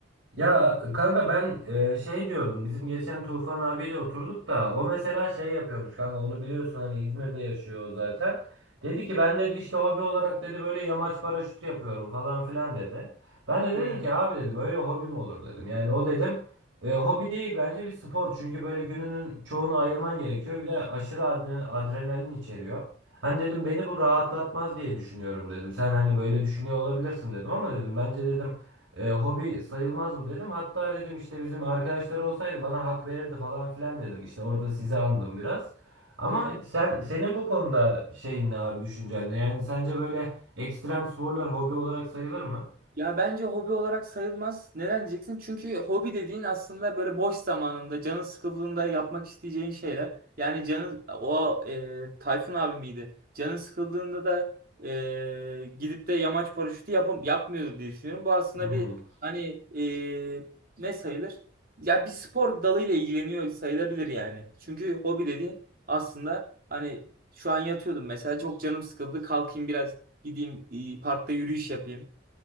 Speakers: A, on the right; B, on the right.
A: Ya kanka ben e, şey diyordum bizim geçen Tufan abiyle oturduk da o mesela şey yapıyormuş kanka onu biliyorsun hani İzmir'de yaşıyor o zaten. Dedi ki ben dedi işte hobi olarak dedi böyle yamaç paraşütü yapıyorum falan filan dedi. Ben de dedim
B: Hı
A: ki
B: hı.
A: abi dedim öyle hobi mi olur dedim. Yani o dedim e, hobi değil bence bir spor çünkü böyle gününün çoğunu ayırman gerekiyor bir de aşırı adre- adrenalin içeriyor. Hani dedim beni bu rahatlatmaz diye düşünüyorum dedim. Sen hani böyle düşünüyor olabilirsin dedim ama dedim bence dedim e, hobi sayılmaz bu dedim. Hatta dedim işte bizim arkadaşlar olsaydı bana hak verirdi falan filan dedim. İşte orada sizi andım biraz. Ama
B: hı.
A: sen senin bu konuda şeyin ne abi düşüncen ne? Yani sence böyle ekstrem sporlar hobi olarak sayılır mı?
B: Ya bence hobi olarak sayılmaz. Neden diyeceksin? Çünkü hobi dediğin aslında böyle boş zamanında, canın sıkıldığında yapmak isteyeceğin şeyler. Yani canın o e, Tayfun abi miydi? Canın sıkıldığında da e, gidip de yamaç paraşütü yapam yapmıyordur diye düşünüyorum. Bu aslında
A: Yani.
B: bir hani e, ne sayılır? Ya bir spor dalıyla ilgileniyor sayılabilir yani. Çünkü hobi dediğin aslında hani şu an yatıyordum mesela çok canım sıkıldı. Kalkayım biraz gideyim e, parkta yürüyüş yapayım